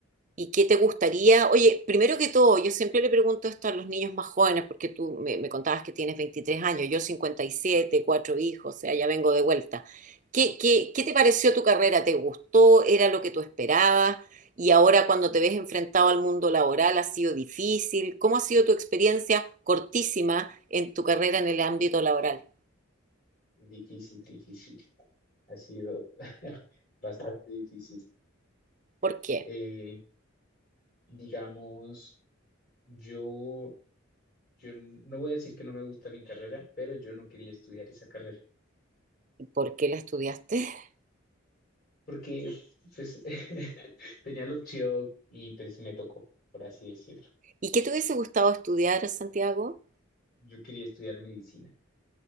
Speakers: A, on the right; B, on the left.
A: ¿Y qué te gustaría? Oye, primero que todo, yo siempre le pregunto esto a los niños más jóvenes, porque tú me, me contabas que tienes 23 años, yo 57, cuatro hijos, o sea, ya vengo de vuelta. ¿Qué, qué, qué te pareció tu carrera? ¿Te gustó? ¿Era lo que tú esperabas? Y ahora cuando te ves enfrentado al mundo laboral, ¿ha sido difícil? ¿Cómo ha sido tu experiencia cortísima en tu carrera en el ámbito laboral?
B: Difícil, difícil. Ha sido <laughs> bastante difícil.
A: ¿Por qué?
B: Eh, digamos, yo, yo no voy a decir que no me gusta mi carrera, pero yo no quería estudiar esa carrera.
A: ¿Por qué la estudiaste? <laughs>
B: porque pues <laughs> tenía la opción y pues me tocó, por así decirlo.
A: ¿Y qué te hubiese gustado estudiar, Santiago?
B: Yo quería estudiar medicina.